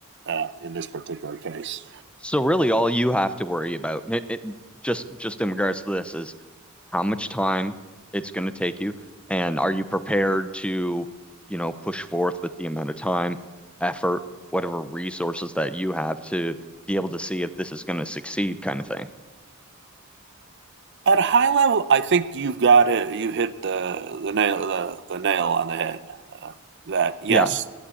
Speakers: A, on the right; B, in the centre.
A: uh, in this particular case.
B: So really, all you have to worry about, it, it- just just in regards to this, is how much time it's going to take you, and are you prepared to, you know, push forth with the amount of time, effort, whatever resources that you have to be able to see if this is going to succeed, kind of thing.
A: At a high level, I think you've got it. You hit the the nail the, the nail on the head. Uh, that yes,
B: Yeah.